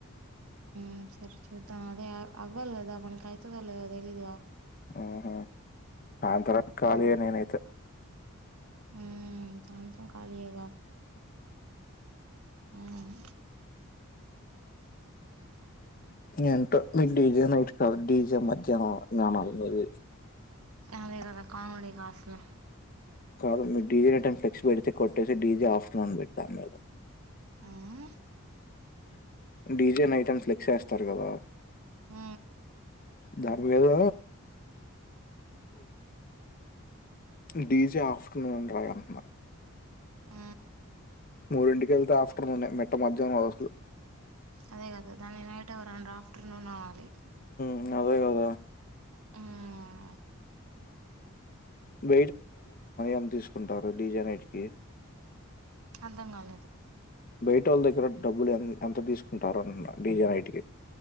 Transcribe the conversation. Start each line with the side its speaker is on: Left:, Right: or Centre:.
Right: మ్ సరే చూద్దాం అదే అ అవ్వల్ కదా మనకి ఐతదొ లేదో తెలీదు కదా
Left: మ్ హు సాయంత్రం వరక్ కాలీగ నేనైతే
Right: మ్ సాయంత్రం కలియెగ మ్
Left: ఏంటో మీ డీజే నైట్స్ కాదు డి జె మధ్యానం న ఇది
Right: అదే కద కామడిగా అస్సలు
Left: కాదు మీరు డీజే నైట్ అని ఫ్లెక్స్ పెడితే కొట్టేసి డీజే ఆఫటర్నూన్ అని పెట్టిలీ మీరు
Right: ఉమ్
Left: డీజే నైట్ అని ఫ్లెక్సీ ఎస్తారు కదా
Right: మ్
Left: దాని బదులు డిజే ఆఫ్టర్నూన్ రాయి అంటున్నా
Right: మ్
Left: మూడింటికెళ్తే ఆఫటర్నూన్ఎ మీట్ట మధ్యానం అది అసలు
Right: అదే కదా దాన్ని నైట్ ఎవరు అనరు ఆఫ్టర్నూన్ అనాలి
Left: మ్ అదే కదా
Right: హుమ్
Left: <unintelligible> ఎంత తీసుకుంటారు డీజే నైట్ కి
Right: అర్థం కాలేదు
Left: బైట వాళ్ళ దగ్గర డబ్బులు ఎ ఎంత తీసుకుంటారు అన్ అంటున్న డీజే నైట్కి